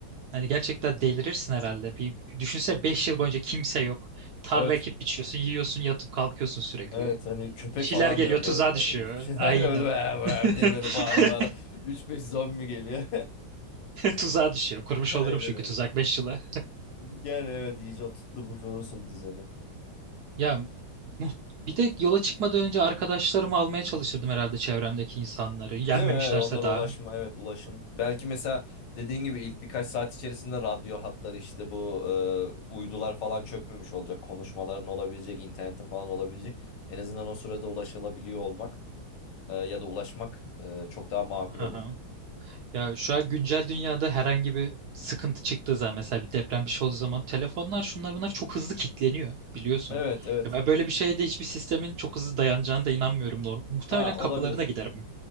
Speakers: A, on the right (about 70°); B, on the left (about 65°).
A: Hani gerçekten delirirsin herhalde. Bir düşünse 5 yıl boyunca kimse yok. Tarla
B: Evet.
A: ekip biçiyorsun, yiyorsun, yatıp kalkıyorsun sürekli.
B: Evet hani köpek
A: Bir Şeyler
B: falan
A: geliyor,
B: da yok
A: tuzağa
B: yanında
A: düşüyor.
B: hani hiçbir şey.
A: Aynen.
B: <laughs> Aynen öyle "Vah, vah"
A: <laughs>
B: diye böyle bağıra bağıra 3-5 zombi geliyor.
A: Tuzağa düşüyor.
B: <laughs>
A: Kurmuş olurum
B: Aynen
A: çünkü
B: öyle.
A: tuzak 5 yıla.
B: Gel evet iyice oturtmuş olursun düzeni.
A: Ya mu- bir de yola çıkmadan önce arkadaşlarımı almaya çalışırdım herhalde çevremdeki insanları. Yenmemişlerse
B: Değil mi? Evet, onlara
A: daha.
B: ulaşma evet ulaşım. Belki mesela dediğin gibi ilk birkaç saat içerisinde radyo hatları işte bu e, uydular falan çökmemiş olacak. Konuşmaların olabilecek, internetin falan olabilecek. En azından o sürede ulaşılabiliyor olmak e, ya da ulaşmak e, çok daha makul
A: Hı
B: olur.
A: hı. Ya şu an güncel dünyada herhangi bir sıkıntı çıktığı zaman mesela bir deprem bir şey olduğu zaman telefonlar şunlar bunlar çok hızlı kilitleniyor biliyorsun.
B: Evet evet.
A: Ya ben böyle bir şeyde hiçbir sistemin çok hızlı dayanacağına da inanmıyorum. Nor- Muhtemelen
B: Ha
A: kapılarına
B: olabilir.
A: giderim.